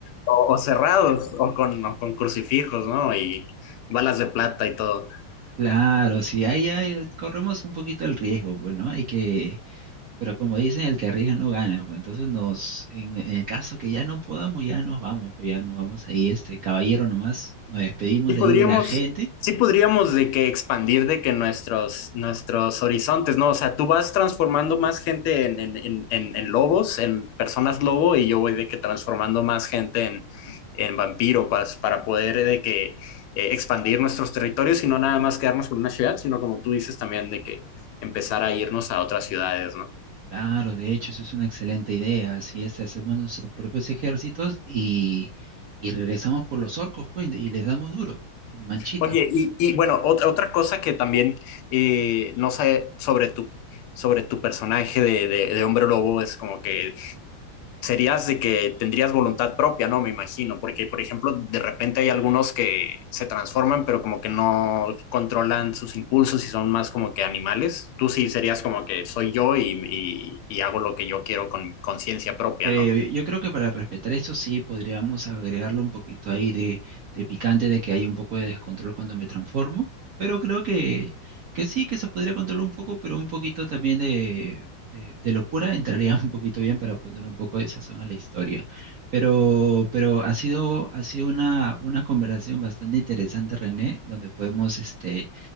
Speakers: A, on the left; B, on the right.
A: o, o cerrados, o con, o con crucifijos, ¿no? Y balas de plata y todo.
B: Claro, sí, ahí, ahí corremos un poquito el riesgo, pues, ¿no? Hay que, pero como dicen, el que arriesga no gana, pues entonces nos, en, en el caso que ya no podamos, ya nos vamos, pues ya nos vamos ahí, este caballero nomás, nos despedimos
A: Sí
B: de
A: podríamos,
B: ahí de la gente.
A: sí podríamos
B: ¿no?
A: de que expandir de que nuestros, nuestros horizontes, ¿no? O sea, tú vas transformando más gente en, en, en, en- en lobos, en personas lobo, y yo voy de que transformando más gente en, en vampiro para, para poder de que eh, expandir nuestros territorios y no nada más quedarnos con una ciudad, sino como tú dices también de que empezar a irnos a otras ciudades, ¿no?
B: Claro, de hecho, eso es una excelente idea, así es, hacemos nuestros propios ejércitos y, y regresamos por los orcos, pues, y les damos duro, en manchita.
A: Oye, y, y, bueno, otra, otra cosa que también eh, no sé sobre tu, sobre tu personaje de, de, de hombre lobo es como que serías de que tendrías voluntad propia, ¿no? Me imagino, porque por ejemplo, de repente hay algunos que se transforman, pero como que no controlan sus impulsos y son más como que animales. Tú sí serías como que soy yo y, y- y hago lo que yo quiero con conciencia propia,
B: Creo,
A: ¿no?
B: yo creo que para respetar eso sí podríamos agregarle un poquito ahí de, de picante, de que haya un poco de descontrol cuando me transformo, pero creo que, que sí, que se podría controlar un poco, pero un poquito también de, de, de locura <laughs> entraría un poquito bien para poner un poco de sazón a la historia. Pero, pero ha sido, ha sido una, una conversación bastante interesante, René, donde podemos este,